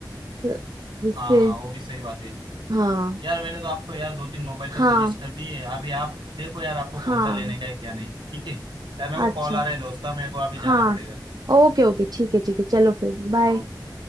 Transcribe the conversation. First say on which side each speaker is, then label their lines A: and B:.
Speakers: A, on the right; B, on the right.
A: है जिससे
B: हाँ हाँ वो भी सही बात है
A: हाँ
B: यार मैंने तो आपको यार दो तीन मोबाइल तो
A: हाँ
B: सजेस्ट कर दिए हैं अभी आप देखो यार आपको
A: हाँ
B: कौन सा लेने का है क्या नहीं ठीक है यार मेरे
A: अच्छा
B: को कॉल आ रहा है दोस्ता मेरे को अभी
A: हाँ
B: जाना पड़ेगा
A: ओके ओके ठीक है ठीक है चलो फिर बाय
B: ओके